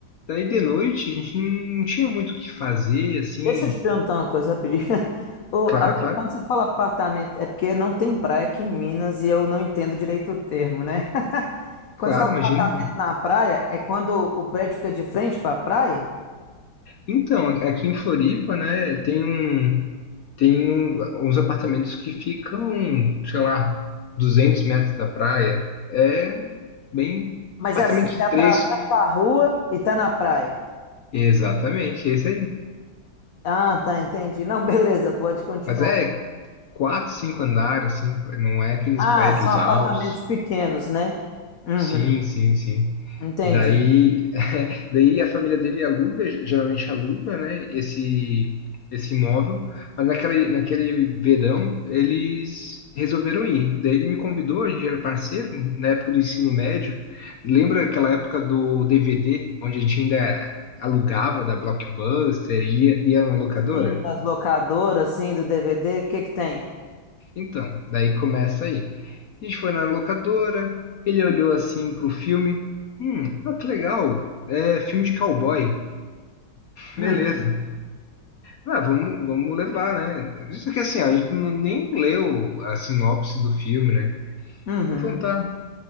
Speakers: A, on the left (about 70°); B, on the left (about 55°).
A: Daí de noite a gente não, não tinha muito o que fazer, assim,
B: Deixa eu te perguntar uma coisa rapidinho. <laughs> O-
A: claro,
B: a-
A: claro,
B: quando você fala apartamento, é porque não tem praia aqui em Minas e eu não entendo direito o termo, né? <laughs> Quando
A: claro,
B: você fala
A: imagina.
B: apartamento na praia, é quando o prédio fica de frente para a praia?
A: Então, aqui em Floripa, né, tem um, tem um- uns apartamentos que ficam, sei lá, 200 metros da praia. É bem
B: Mas
A: apartamento
B: é assim, você
A: de
B: atravessa
A: três.
B: a rua e tá na praia.
A: Exatamente, esse aí.
B: Ah, tá, entendi. Não, <laughs> beleza, pode continuar.
A: Mas é quatro, cinco andares, assim, não é aqueles
B: Ah,
A: prédios
B: são apartamentos
A: altos.
B: pequenos, né? Uhum,
A: Sim, sim, sim.
B: entendi.
A: Daí Daí a família dele aluga, geralmente aluga, né, esse, esse imóvel, mas naquele, naquele verão eles resolveram ir. Daí ele me convidou, a gente era parceiro, na época do ensino médio. Lembra aquela época do DVD, onde a gente ainda alugava da Blockbuster, ia, ia na locadora?
B: Sim, das locadoras, sim, do DVD, o que que tem?
A: Então, daí começa aí. A gente foi na locadora, ele olhou assim pro filme, hum, ah, que legal, é filme de cowboy,
B: Uhum.
A: <laughs> beleza. Ah, vamos, vamos levar, né? Isso que assim, a gente não, nem leu a sinopse do filme, né?
B: Uhum.
A: Então tá.